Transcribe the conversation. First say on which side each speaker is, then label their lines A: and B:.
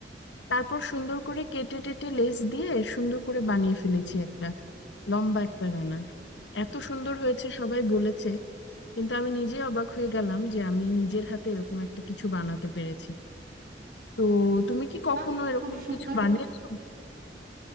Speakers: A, on the left (about 85°); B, on the right (about 55°).
A: তারপর সুন্দর করে কেটে টেটে লেস দিয়ে সুন্দর করে বানিয়ে ফেলেছি একটা লম্বা একটা রানার এত সুন্দর হয়েছে সবাই বলেছে কিন্তু আমি নিজে অবাক হয়ে গেলাম যে আমি নিজের হাতে এরকম একটা কিছু বানাতে পেরেছি তো তুমি কি কখনো
B: বাহ
A: এরকম
B: খুব সুন্দর
A: কিছু বানিয়েছো